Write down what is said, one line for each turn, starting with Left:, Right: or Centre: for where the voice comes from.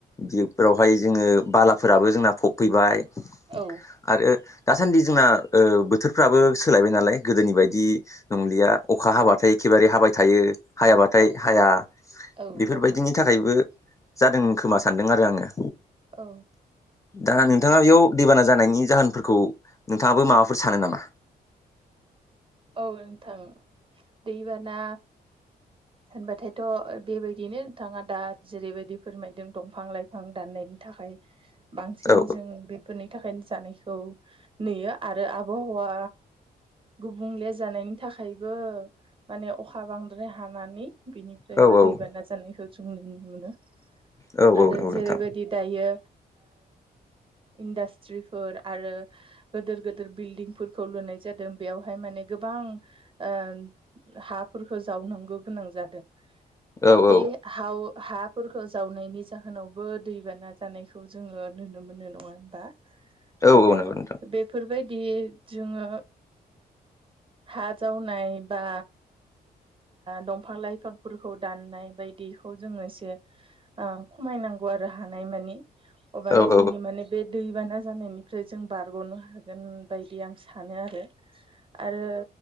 Left: बेफोरावहाय जोङो बालाफोराबो जोंना फबफैबाय
Right: औ
Left: आरो दासान्दि जोंना ओ बोथोरफ्राबो सोलायबाय नालाय गोदोनि बायदि नंलिया अखा हाबाथाय एखे एखेबारे हाबाय थायो हायाबाथाय
Right: औ
Left: हाया
Right: औ
Left: बेफोरबायदिनि
Right: नंगौ
Left: थाखायबो जादों खोमा सानदों आरो आङो।
Right: औ
Left: दा नोंथाङा बेयाव दैबाना जानायनि जाहोनफोरखौ नोंथाङाबो माबाफोर सानो नामा?
Right: <inaudible> औ नोंथां दैबाना होनबाथायथ बेबायदिनो नोंथाङा दा जेरैबायदि फोरमायदों दंफां लाइफां दाननायनि थाखाय बांसिन
Left: औ
Right: जों बेफोरनि थाखायनो जानायखौ नुयो आरो आबहावा गुबुंले जानायनि थाखायबो माने अखा बांद्राय हानानै बिनिफ्रायबो
Left: औ
Right: दैबाना जानायखौ जों नुनो मोनो
Left: औ औ
Right: आरो
Left: नंगौ
Right: जेरैबायदि
Left: नोंथां
Right: दायो इडासट्रिफोर आरो गिदिर गिदिर बिल्डिं खौ लुनाय जादों बेवहाय माने गोबां हाफोरखौ जावनांगौ गोनां जादों
Left: औ
Right: बे
Left: औ
Right: हाव हाफोरखौ जावनायनि जाहोनावबो दैबाना जानायखौ जोङो नुनो मोनो नङा होनबा
Left: औ
Right: आरो
Left: औ नंगौ नोंथां
Right: बेफोरबायदि जोङो हा जावनाय बा दंफां लाइफांफोरखौ दाननाय बायदिखौ जोङो एसे खमायनानै आरो हानाय मानि अबानो
Left: औ औ
Right: जोंनि माने बे दैबाना जानायनिफ्राय जों बारगनो हागोन बायदि आं सानो आरो आरो